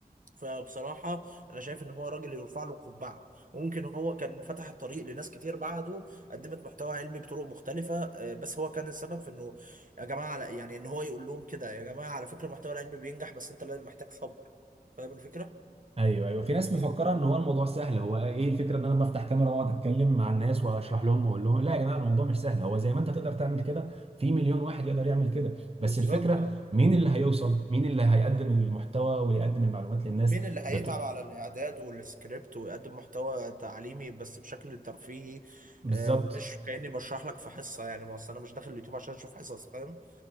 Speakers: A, on the right (about 55°); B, on the right (about 40°).
A: فبصراحة أنا شايف إن هو راجل يرفع له القبعة وممكن هو كان فتح الطريق لناس كتير بعده قدمت محتوى علمي بطرق مختلفة آه، بس هو كان السبب في إنه يا جماعة على- يعني إن هو يقول لهم كده يا جماعة على فكرة المحتوى العلمي بينجح بس أنت لازم محتاج صبر فاهم الفكرة؟
B: ايوه ايوه في ناس مفكره ان هو الموضوع سهل هو ايه الفكره ان انا بفتح
A: مم.
B: كاميرا واقعد اتكلم مع الناس واشرح لهم واقول لهم لا يا جماعه الموضوع مش سهل هو زي ما انت تقدر تعمل كده في مليون واحد يقدر يعمل كده
A: بالظبط
B: بس الفكره
A: أه
B: مين اللي هيوصل مين اللي هيقدم
A: آه.
B: المحتوى ويقدم المعلومات للناس
A: مين اللي هيتعب
B: بط...
A: على الإعداد والسكريبت ويقدم محتوى تعليمي بس بشكل ترفيهي
B: بالظبط
A: آه، مش كأني بشرح لك في حصة يعني ما أصل أنا مش داخل اليوتيوب عشان أشوف حصص فاهم؟